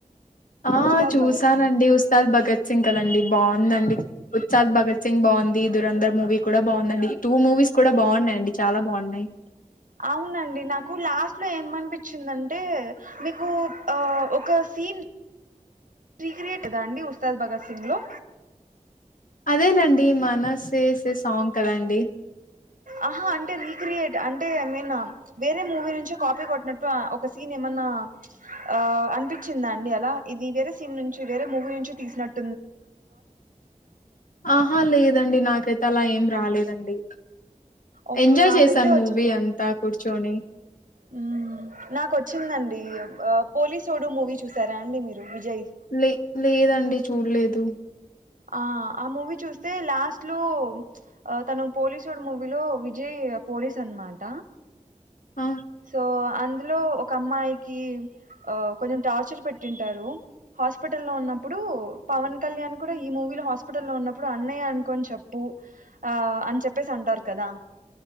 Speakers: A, on the left (about 85°); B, on the right (about 80°).
A: ఆ
B: ఉస్తాద్
A: చూసానండి
B: భగత్ సింగ్
A: ఉస్తాద్ భగత్ సింగ్ కదండీ బాగుందండి ఉత్సాద్ భగత్ సింగ్ బాగుంది, దురంధర్ మూవీ కూడా బాగుందండి టూ మూవీస్ కూడా బాగున్నాయి అండి చాలా బాగున్నాయి
B: అవునండి నాకు లాస్ట్ లో ఏమనిపించిందంటే మీకు ఒక సీన్ సీక్రెట్ దా అండి ఉస్తాద్ భగత్ సింగ్ లో
A: అదేనండి మనసే సే సాంగ్ కదా అండి
B: ఆహా అంటే రీక్రియేట్ అంటే ఐ మీన్ వేరే మూవీ నుంచి కాపీ కొట్టినట్టు ఒక సీన్ ఏమన్నా ఆ అనిపించిందా అండి అలా ఇది వేరే సీన్ నుంచి వేరే మూవీ నుంచి తీసినట్
A: ఆహా లేదండి నాకైతే అలా ఏం రాలేదండి
B: ఓకే
A: ఎంజాయ్
B: నాకైతే
A: చేశాను మూవీ అంతా కూర్చొని ఉమ్
B: మ్మ్ నా కోచ్చిందండి పోలీసోడు మూవీ చూసారా అండి మీరు విజయ్
A: లే లేదండి చూడలేదు తు
B: ఆ ఆ మూవీ చూస్తే లాస్ట్ లో తను పోలీసుడు మూవీలో విజయ్ పోలీస్ అనమాట
A: ఆ
B: సో అందులో ఒక అమ్మాయికి ఆ కొంచెం టార్చర్ పెట్టుంటారు హాస్పిటలో ఉన్నప్పుడు పవన్ కళ్యాణ్ కూడా ఈ మూవీలో హాస్పిటల్లో ఉన్నప్పుడు అన్నయ్య అనుకోని చెప్పు ఆ అని చెప్పేసి అంటారు కదా